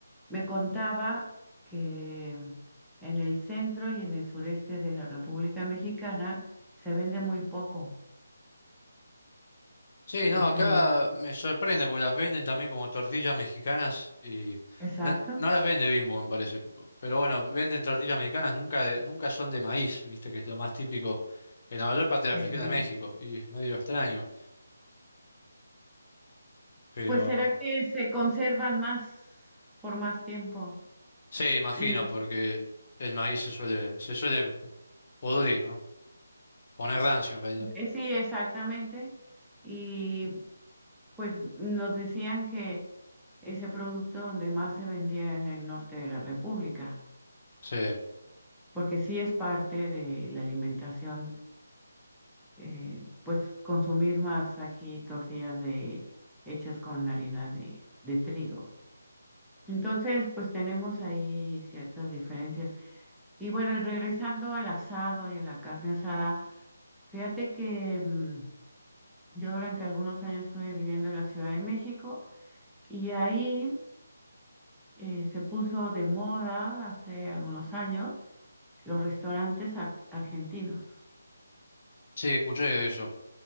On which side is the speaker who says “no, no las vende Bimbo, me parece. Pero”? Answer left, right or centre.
Left